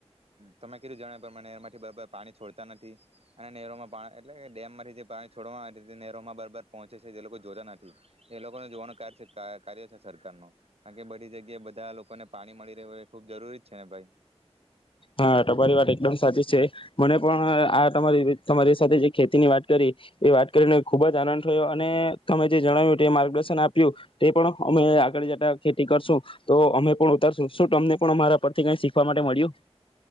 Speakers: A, on the right (about 65°); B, on the left (about 50°).
A: તમે કીધું જણાવ પ્રમાણે નહેર માંથી બરાબર પાણી છોડતા નથી, અને નહેરોમાં એટલે કે ડેમ માંથી જે પાણી છોડવા માટે નહેરોમાં બરાબર પહોંચે છે જે લોકો જોતા નથી એ લોકો જોવાનું કાર કાર્ય છે સરકાર નો કારણ કે બધી જગ્યાએ બધા લોકોને. પાણી મળી રહ્યું હોય એ ખુબ જરૂરી છે ને ભાઈ.
B: હા તમારી વાત એકદમ સાચી છે, મને પણ આ તમારી તમારી સાથે જે ખેતીની વાત કરી એ વાત કરીને ખુબ જ આનંદ થયો અને તમે જે જણાવ્યું તે માર્ગદર્શન આપ્યું તે પણ અમે આગળ જતા ખેતી કરશું તો અમે પણ ઉતારશું. શું તમને પણ અમારા પરથી કઈ શીખવા માટે મળ્યું?